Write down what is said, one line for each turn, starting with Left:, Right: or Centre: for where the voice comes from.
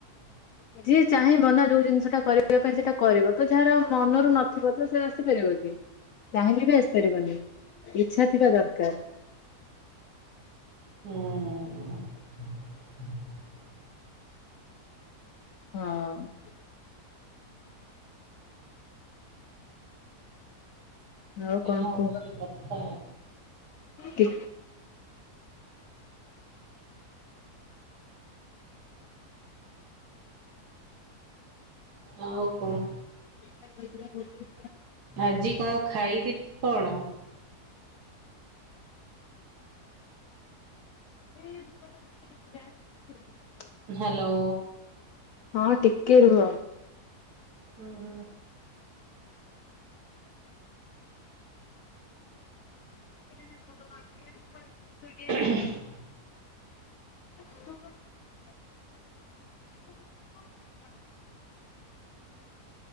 Right: <inaudible>
Left: ଯିଏ ଚାହିଁବ ନାଁ ଯୋଉ ଜିନ୍ଷଟା କରିବା ପାଇଁ ସେଟା କରିବ ତ ଯାହାର ମନରୁ ନଥିବ ତ ସେ ଆସିପାରିବ କି। ଚାହିଁଲେ ବି ଆସିପାରିବନି ଇଚ୍ଛା ଥିବା ଦର୍କାର୍।
Right: ହୁଁ।
Left: ଅଁ। ଆଉ କଣ
Right: ଏହା ହଉଛି
Left: କୁହ
Right: କତା।
Left: ଟି
Right: <inaudible> ଆଉ କଁଅ।
Left: <unintelligible>
Right: ଆଜି କଁ ଖାଇଥି କଣ।
Left: <unintelligible>
Right: ହେଲୋ।
Left: ହଁ ଟିକ୍କେ ରୁହ।
Right: ଉଁ ହୁଁ।
Left: <unintelligible>
Right: <inaudible>
Left: <unintelligible> <inaudible>